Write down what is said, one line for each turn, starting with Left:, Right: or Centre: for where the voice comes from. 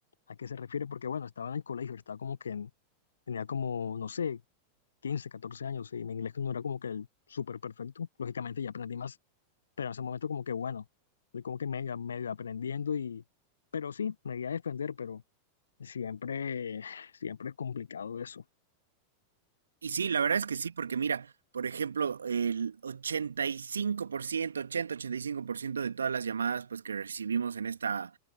Left: a qué se refiere, porque bueno, estaba en el colegio, estaba como que en- tenía como, no sé, 15, 14 años y mi inglés no era como que el súper perfecto. Lógicamente ya aprendí más, pero en ese momento como que bueno, estoy como que medio, medio aprendiendo y, pero sí, me voy a defender, pero siempre, siempre es complicado eso.
Right: Y sí, la verdad es que sí, porque mira, por ejemplo, el ochenta ochenta ochenta y y cinco por ciento ochenta-ochenta y cinco por ciento de todas las llamadas pues que recibimos en esta